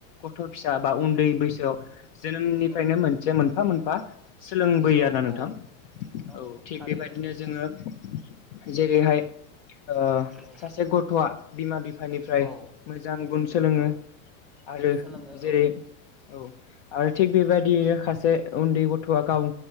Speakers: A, on the left (about 45°); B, in the centre.
A: गथ' फिसा बा उन्दै बैसोआव जोनोमनिफ्रायनो
B: औ
A: मोनसे मोनफा मोनफा सोलोंबोयो
B: औ
A: आरो ना नोंथां।
B: औ नंगौ
A: औ थिक
B: थारैनो
A: बेबायदि दिनो
B: सैथो
A: जोङो जेरैहाय ओ
B: औ
A: सासे गथ'आ बिमा बिफा बिफानिफ्राय
B: औ
A: मोजां गुन सोलोङो
B: नंगौ
A: आरो
B: सोलोङो
A: जेरै
B: औ
A: औ आरो थिग बेबायदियैनो सासे उन्दै गथ'आ गाव